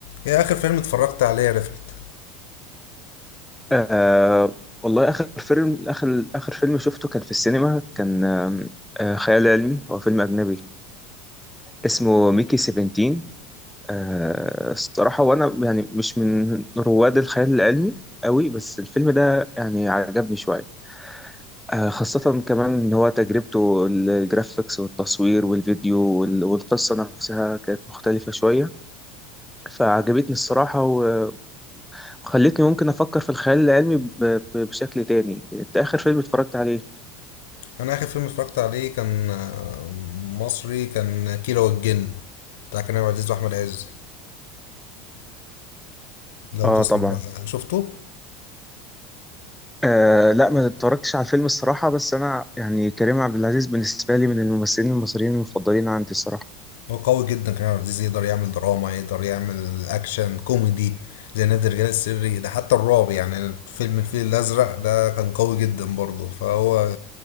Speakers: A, on the left; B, in the centre.
A: ايه اخر فيلم اتفرجت عليه يا رفعت
B: آه والله آخر فيلم آخر آخر فيلم شفته كان في السينما كان آم، آه خيال علمي هو فيلم أجنبي اسمه ميكي 17 آه الصراحة وأنا يعني مش من رواد الخيال العلمي قوي بس الفيلم ده يعني عجبني شوية آه خاصة كمان إن هو تجربته الجرافيكس والتصوير والفيديو وال- والقصة نفسها كانت مختلفة شوية فعجبتني الصراحة و- وخلتني ممكن أفكر في الخيال العلمي ب- ب- بشكل تاني، أنت آخر فيلم اتفرجت عليه
A: انا اخر فيلم اتفرجت عليه كان آه، مصري كان كيرة والجن بتاع كريم عبد العزيز واحمد عز لو
B: اه
A: تسمع
B: طبعا
A: شفته
B: آه لا ما اتفرجتش على الفيلم الصراحة بس أنا يعني كريم عبد العزيز بالنسبة لي من الممثلين المصريين المفضلين عندي الصراحة
A: هو قوي جدا كريم عبد العزيز يقدر يعمل دراما يقدر يعمل اكشن كوميدي زي نادي الرجال السري ده حتى الرعب يعني فيلم الفيل الازرق ده كان قوي جدا برضه فهو